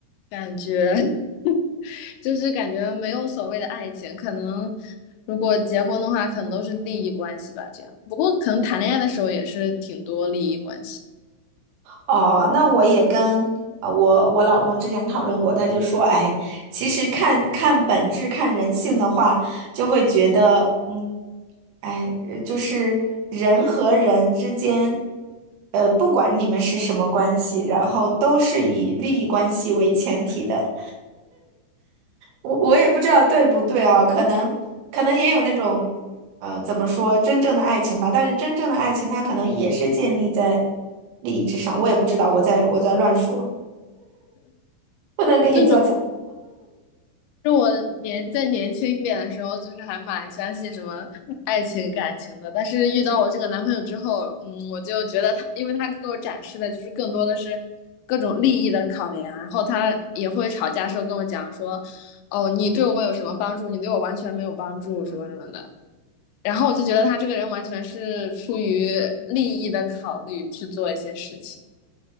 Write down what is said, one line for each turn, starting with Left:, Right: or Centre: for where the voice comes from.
Left: 感觉。<laughs> 就是感觉没有所谓的爱情，可能如果结婚的话，可能都是利益关系吧。这样，不过可能谈恋爱的时候也是挺多利益关系。
Right: 哦，那我也跟呃我我老公之前讨论过，他就说，哎，其实看看本质、看人性的话，就会觉得，嗯，哎，呃就是人和人之间，呃，不管你们是什么关系，然后都是以利益关系为前提的。我我也不知道对不对啊，可能可能也有那种，呃，怎么说，真正的爱情吧。但是真正的爱情，它可能也是建立在利益之上。我也不知道，我在我在乱说，不能给你做参，
Left: 就是就我年在年轻一点的时候，就是还蛮相信什么爱情感情的，但是遇到我这个男朋友之后，嗯，我就觉得他，因为他给我展示的就是更多的是各种利益的考量，然后他也会吵架时候跟我讲说，哦，你对我有什么帮助，你对我完全没有帮助，什么什么的。然后我就觉得他这个人完全是出于利益的考虑去做一些事情。